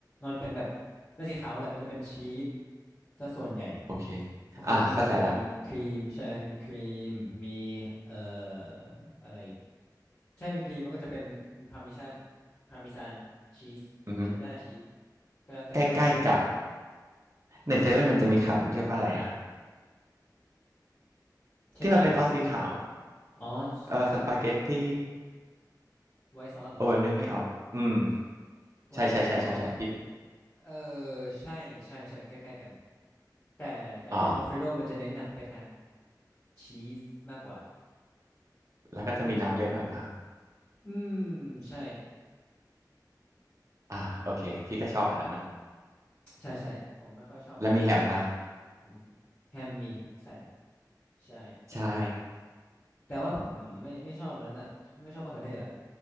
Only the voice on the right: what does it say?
โอเค
อ่าเข้าใจละ
อือฮึ
ใกล้ๆกับในเซเว่นมันจะมีขายมันเรียกว่าอะไรอ่ะ
ที่มันเป็นซอสสีขาว
เออสปาเกตตี้
โอ้นึกไม่ออกอืม
ใช่ใช่ใช่ใช่ใช่พี่
อ๋อ
แล้วก็จะมีน้ำเยอะหน่อยป่ะ
อ่าโอเคพี่ก็ชอบอันนั้นอะ
แล้วมีแฮมป่ะ
ใช่